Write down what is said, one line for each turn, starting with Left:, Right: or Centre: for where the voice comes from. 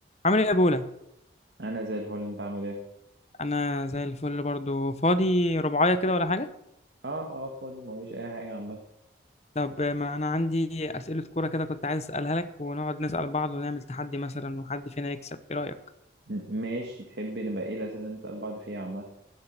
Left: عامل ايه يا بولا
Right: انا زي الفل انت عامل ايه
Left: انا زي الفل برضو فاضي رباعية كده ولا حاجة
Right: اه اه فاضي موريش اي حاجه عامه
Left: طب ما انا عندي اسئلة كورة كده كنت عايز اسألها لك ونقعد نسأل بعض ونعمل تحدي مثلا وحد فينا يكسب ايه رأيك
Right: م- ماشي تحب نبقى ايه الاسئله اللي نسال بعض فيها عامه